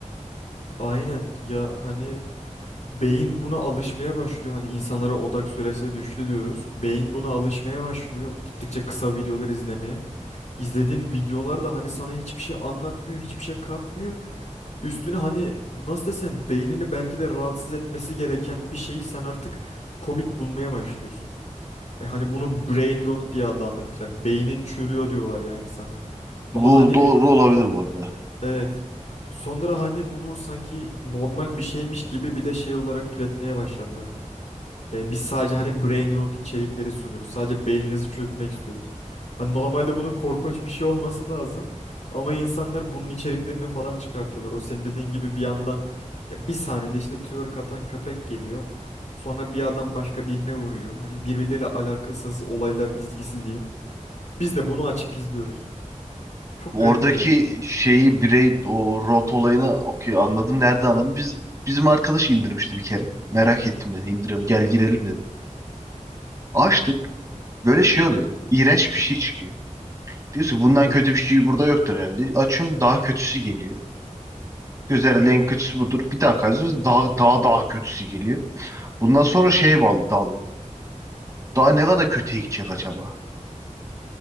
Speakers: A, on the left; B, on the right.
A: aynen ya hani beyin buna alışmaya başlıyor. Hani insanlara odak süresi de düştü diyoruz. Beyin buna alışmaya başlıyor. Gittikçe kısa videolar izlemeye. İzlediğin videolar da hani sana hiçbir şey anlatmıyor, hiçbir şey katmıyor. Üstüne hani nasıl desem beynini belki de rahatsız etmesi gereken bir şeyi sen artık komik bulmaya başlıyorsun. E hani bunu brain rot diye adlandırmışlar. Beynin çürüyor diyorlar yani sana. Ama
B: Bu
A: hani
B: doğru olabilir bu arada.
A: evet sonra hani bunu sanki normal bir şeymiş gibi bir de şey olarak türetmeye başladılar. E, biz sadece hani brain rot içerikleri sunuyoruz. Sadece beyninizi çürütmek istiyoruz. Hani normalde bunun korkunç bir şey olması lazım. Ama insanlar bunun içeriklerini falan çıkartıyorlar. O senin dediğin gibi bir yandan ya bir saniyede işte twerk atan köpek geliyor. Sonra bir adam başka birine vuruyor. Hani birbirleriyle alakasız olaylar dizgisi diyeyim. Biz de bunu açıp izliyoruz. Çok
B: Oradaki
A: garip yani.
B: şeyi birey o rot olayını okuyor. Anladın nerede anladın? Biz bizim arkadaş indirmişti bir kere. Merak ettim dedi. İndiriyorum gel girelim dedi. Açtık. Böyle şey oluyor. İğrenç bir şey çıkıyor. Diyorsun ki, bundan
A: Evet.
B: kötü bir şey burada yoktur herhalde. Açıyorsun daha kötüsü geliyor. Diyorsun herhalde en kötüsü budur. Bir daha kayıyorsun daha daha daha kötüsü geliyor. Bundan sonra şeye bağlı dalıyorum. Daha ne kadar kötüye gidecek acaba?